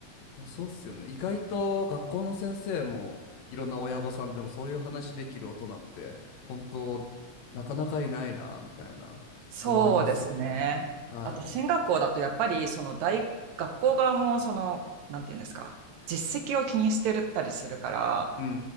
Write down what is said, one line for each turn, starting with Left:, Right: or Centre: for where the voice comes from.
Left: いや、そうっすよね。意外と学校の先生もいろんな親御さんでもそういう話できる大人って本当なかなかいないなみたいな思いますよね。
Right: そうですね。
Left: はい。
Right: あと、進学校だとやっぱり、その大、学校側も、その、なんていうんですか、実績を気にしてたりするから、
Left: うんう